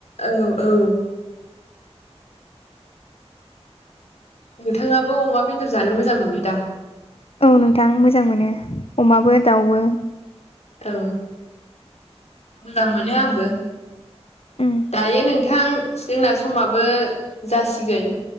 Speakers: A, on the left (about 75°); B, on the left (about 60°).
A: औ औ नोंथाङाबो अमा बेदर जानो मोजां मोनो दा?
B: औ नोंथां मोजां मोनो अमाबो दाउबो।
A: औ मोजां मोनो आंबो।
B: उम
A: दायो नोंथां जोंना समाबो जासिगोन